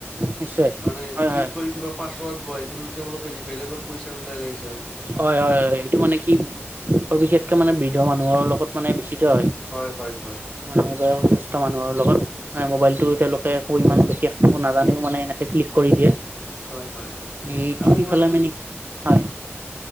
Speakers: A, on the right; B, in the centre.
A: নিশ্চয়
B: মানে
A: হয়
B: ক্লিক
A: হয়
B: কৰি কিবা পাছৱৰ্ড ভৰাই কিনে তেওঁলোকে যি বেলেগৰ পইচা ওলাই লৈ যায়
A: হয় হয় হয় এইটো মানে কি বিশেষকে মানে বৃদ্ধ মানুহৰ লগত মানে বেছিকৈ হয়
B: হয় হয় হয়
A: মানে বয়সস্থ মানুহৰ লগত মানে মোবাইলতো তেওঁলোকে একো ইমান বিশেষ নাজানেও মানে এনে তাতে ক্লিক কৰি দিয়ে
B: হয় হয়
A: এইটিপি
B: আৰু মই
A: পেলাই মানে কি হয়